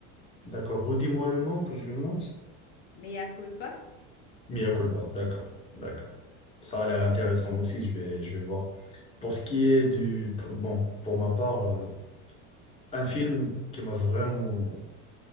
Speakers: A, on the left; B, on the left.
A: D'accord. Redis-moi le nom que je le note.
B: Mais à culpa?
A: Mia culpa, d'accord, d'accord. Ça a l'air intéressant aussi, je vais, je vais voir. Pour ce qui est du... pour- Bon, pour ma part, euh, un film qui m'a vraiment,